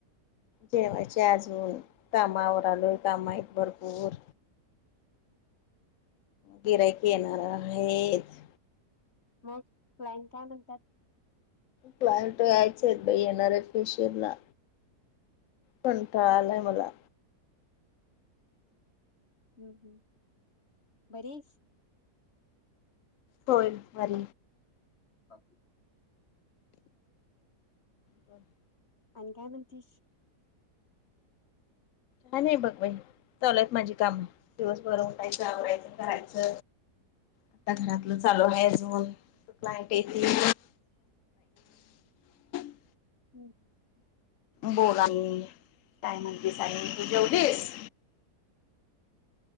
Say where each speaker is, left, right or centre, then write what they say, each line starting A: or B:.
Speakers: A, on the left; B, on the left.
A: जेवायचंय अजून कामं आवरलोय काम आहेत भरपूर गिऱ्हाईक येणार आहेत
B: मग प्लॅन काय म्हणतात
A: प्लॅन करायचेत बाई येणार आहे फेशियल ला कंटाळ आलाय मला
B: हम्म हम् बरी आहेस
A: होय अर
B: ह
A: ब
B: आणि काय म्हणतीस
A: काय नाही बघ बाई चालू आहेत माझी कामं दिवसभर उठायचं आवरायचं करायचं आता घरातलं चालू आहे अजून क्लायंट येतील <inaudible>
B: हम्म
A: बोला काय म्हणतीस आणि तू जेवलीस